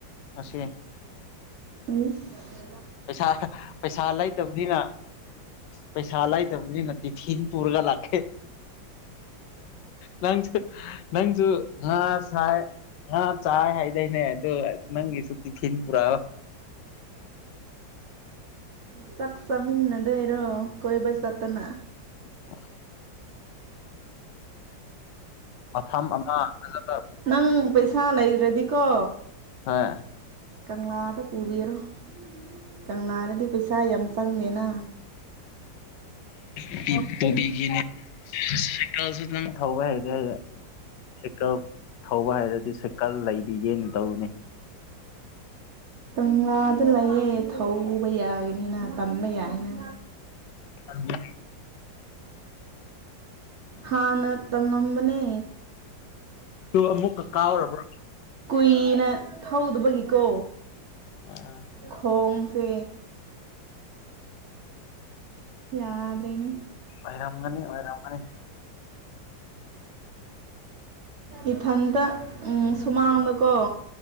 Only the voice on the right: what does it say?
ꯄꯨꯁ
ꯁꯛ ꯆꯃꯤꯟ ꯑꯗꯩꯔꯣ ꯀꯣꯏꯕ ꯆꯥꯇꯅ
ꯅꯪ ꯄꯩꯁꯥ ꯂꯩꯗ꯭ꯔꯗꯤꯀꯣ
ꯀꯪꯂꯥꯗ ꯄꯨꯕꯤꯔꯣ ꯀꯪꯂꯥꯗꯗꯤ ꯄꯩꯁꯥ ꯌꯥꯝ ꯆꯪꯗꯦꯅ
ꯀꯪꯂꯥꯗ ꯂꯩꯌꯦ ꯊꯧꯕ ꯌꯥꯒꯅꯤꯅ ꯇꯝꯕ ꯌꯥꯏꯅ
ꯍꯥꯥꯟ ꯅ ꯇꯝ ꯅꯝꯕꯅꯦ
ꯀꯨꯏꯅ ꯊꯧꯗꯕꯒꯤꯀꯣ
ꯈꯣꯡꯁꯦ ꯌꯥꯔꯦꯅꯦ
ꯏꯊꯟꯇ ꯁꯨꯃꯥꯡꯗꯀꯣ